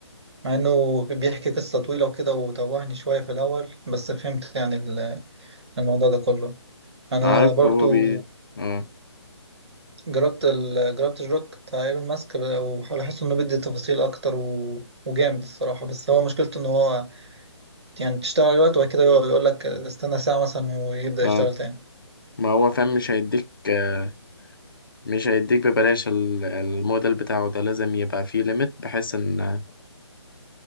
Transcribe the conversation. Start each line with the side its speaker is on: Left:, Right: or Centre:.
Right: مع انه بيحكي قصه طويله وكده وتوهني شويه في الاول بس فهمت يعني ال- الموضوع ده كله انا
Left: عارف
Right: برضو
Left: هو بي اه
Right: جربت ال... جربت الروك بتاع ايلون ماسك وبحس انه بيدي تفاصيل اكتر و... وجامد الصراحه بس هو مشكلته ان هو يعني تشتغل وقت وبعد كده يقول لك استنى ساعة مثلا ويبدأ
Left: اه
Right: يشتغل تاني
Left: ما هو فاهم مش هيديك آه، مش هيديك ببلاش ال- الموديل بتاعه ده لازم يبقى فيه ليميت بحيث ان